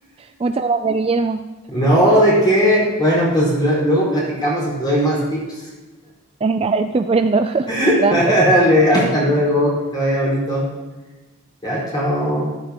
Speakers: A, on the right; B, on the left.
A: Muchas gracias, Guillermo.
B: No, ¿de qué? Bueno, pues lue- luego platicamos y te doy más tips.
A: Venga, estupendo. <laughs>
B: <laughs>
A: Gracias.
B: Dale, hasta luego, que te vaya bonito. Ya, chao.